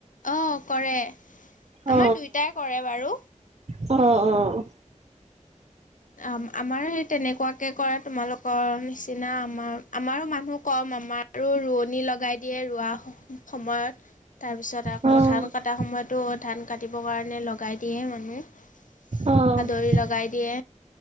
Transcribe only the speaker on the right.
অ
অ', অ'।
অ
অ